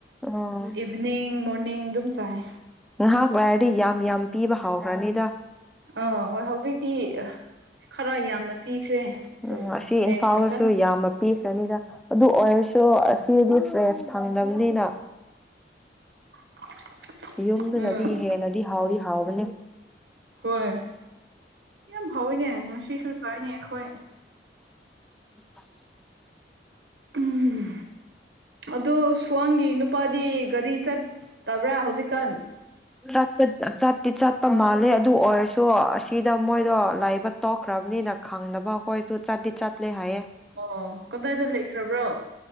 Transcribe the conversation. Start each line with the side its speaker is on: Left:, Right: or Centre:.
Centre: ꯎꯝ
Right: ꯏꯚꯅꯤꯡ ꯃꯣꯔꯅꯤꯡ꯫ ꯆꯥꯏ꯫
Centre: ꯅꯍꯥꯛ ꯍꯥꯏꯔꯗꯤ ꯌꯥꯝ ꯌꯥꯝ ꯄꯤꯕ ꯍꯥꯎꯈ꯭ꯔꯅꯤꯗ꯫ ꯎꯝ
Right: ꯑꯥ ꯍꯣꯏ ꯍꯧꯖꯤꯛꯇꯤ ꯈꯔ ꯌꯥꯝꯅ ꯄꯤꯈ꯭ꯔꯦ
Centre: ꯎꯝ ꯑꯁꯤ ꯏꯝꯐꯥꯜꯗꯁꯨ
Right: ꯑꯦ ꯆꯟꯁꯟ
Centre: ꯌꯥꯝꯅ ꯄꯤ꯫ ꯑꯗꯨ ꯑꯣꯏꯔꯁꯨ ꯑꯁꯤꯗꯤ ꯐ꯭ꯔꯦꯁ ꯐꯪꯗ꯫ ꯃꯤꯅꯥ
Right: <unintelligible>
Centre: ꯌꯨꯝꯗꯨꯅꯗꯤ
Right: ꯎꯝ
Centre: ꯍꯦꯟꯅꯗꯤ ꯍꯥꯎꯗꯤ ꯍꯥꯎꯕꯅꯦ
Right: ꯍꯣꯏ ꯌꯥꯝ ꯍꯥꯎꯋꯤꯅꯦ ꯉꯁꯤꯁꯨ ꯆꯥꯏꯅꯦ ꯑꯩꯈꯣꯏ
Centre: <unintelligible>
Right: ꯎꯝ ꯑꯗꯨ ꯁ꯭ꯋꯥꯡꯒꯤ ꯅꯨꯄꯥꯗꯤ ꯒꯥꯔꯤ ꯆꯠꯇꯕ꯭ꯔꯥ ꯍꯧꯖꯤꯛꯀꯥꯟ
Centre: ꯆꯄ ꯆꯠꯇꯤ ꯆꯠꯄ ꯃꯥꯜꯂꯦ ꯑꯗꯨ ꯑꯣꯏꯔꯁꯨ ꯑꯁꯤꯗ ꯃꯣꯏꯗꯣ ꯂꯥꯏꯕ ꯇꯣꯛꯈ꯭ꯔꯕꯅꯤꯅ ꯈꯪꯅꯕ ꯑꯩꯈꯣꯏꯁꯨ ꯆꯥꯠꯇꯤ ꯆꯠꯂꯦ ꯍꯥꯏꯌꯦ
Right: ꯑꯣ ꯀꯗꯥꯏꯗ ꯂꯩꯈ꯭ꯔꯕ꯭ꯔꯣ